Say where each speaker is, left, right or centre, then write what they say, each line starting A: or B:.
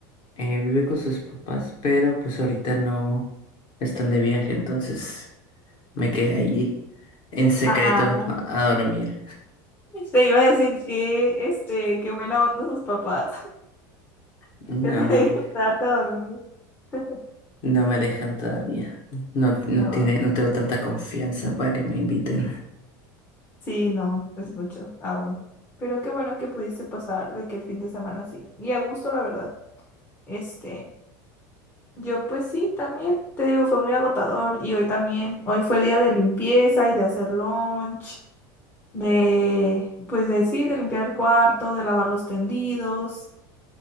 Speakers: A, on the left; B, on the left.
A: Eh, vive con sus papás, pero pues ahorita no están de viaje, entonces me quedé ahí en secreto
B: Ah,
A: a, a dormir.
B: te iba a decir que, este, qué buena onda sus papás, <laughs>
A: No,
B: que te
A: no.
B: dejan quedarte a dormir. <laughs>
A: No me dejan todavía. No, no
B: No,
A: tiene, no tengo tanta confianza para que me inviten.
B: sí, no, es mucho aún. Pero qué bueno que pudiste pasar de que el fin de semana sí. Y a gusto, la verdad. Este, yo pues sí, también, te digo, fue muy agotador. Y hoy también, hoy fue día de limpieza y de hacer lunch, de, pues de sí, de limpiar el cuarto, de lavar los tendidos.